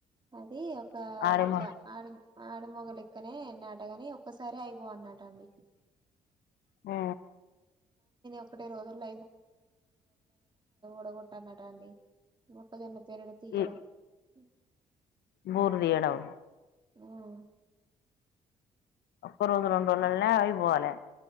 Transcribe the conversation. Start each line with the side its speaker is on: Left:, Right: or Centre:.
Right: <inaudible> అది ఒక
Left: ఆరేమో
Right: ఇట్లా ఆడ ఆడమొగల క్కనే నాటగాని ఒక్కసారి ఐపో అన్నాటండి
Left: ఆ
Right: ఒకటే రోజుల్లో టో కొట్టానటండి మొక్కజొన్న పెరుగు తియ్యగా
Left: ఈ
Right: యొ
Left: బూరు దియ్యడం
Right: ఉమ్
Left: ఒక్క రోజు రెండు రోజులల్నే ఆయిపోవాలే